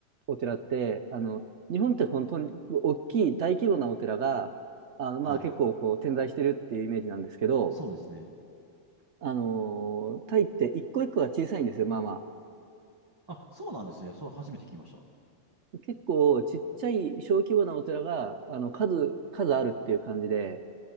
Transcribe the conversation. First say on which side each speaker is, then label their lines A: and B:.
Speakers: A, on the right (about 75°); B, on the right (about 20°).
A: お寺って、あの、日本って本当に大きい大規模なお寺が、あの、
B: はいはい。
A: まあ結構こう点在してるっていうイメージなんですけど、
B: そうですね。
A: あのータイって一個一個が小さいんですよ、まあま
B: あ、そうなんですね。それ初めて聞きました。
A: あ。結構ちっちゃい小規模なお寺が、あの、数、数あるっていう感じで、